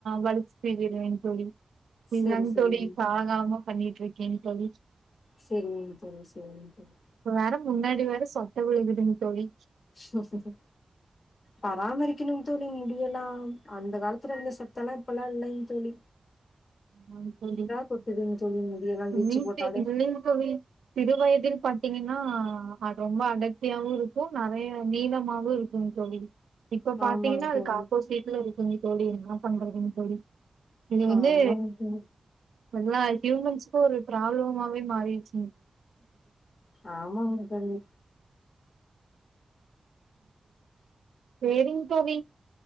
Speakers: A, on the right; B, on the left.
A: வலிச் செஞ்டுவேங் தோழி
B: செரி
A: இதாங்
B: செரிங்
A: தோழி சாகாம பண்ணிட்டிருக் ஓகேங் தோழி
B: சரிங்கங் தோழி சரிங் தோழி
A: இப்ப வேற முன்னாடி வேற சொட்ட விளுகுதுங் தோழி
B: ஹ் சா பராமரிக்கணுங் தோழி முடியலாம் அந்த காலத் ருந்த சொட்டலா இப்பெல்லாம் இல்லன் தொழி
A: ஆமாங் தோழி
B: கொட்டுதுங் தோழி முடியெல்லா வீச்சு
A: இல்லங்
B: போட்டாலே
A: இல்லங் தோழி சிறு வயதில் பாத்தீங்கன்னா அது ரொம்ப அடர்த்தியாவு இருக்கு நிறைய நீளமாவும் இருக்குன் தோழி இப்ப பாத்தீங்ன்னா
B: ஆமாங்
A: அதுக்குஆப்போ
B: தோழி
A: சீட்டுல இருக்குங்க தோழி என்னா பன்றதுங் தோழி இது வந்து
B: ஆமங் உ
A: எல்லா ஹியூமன்ஸ்கு ஒரு ப்ராப்ளமாவே மாறிடுச்
B: ஆமாங் தோழி
A: சேரிங் தோழி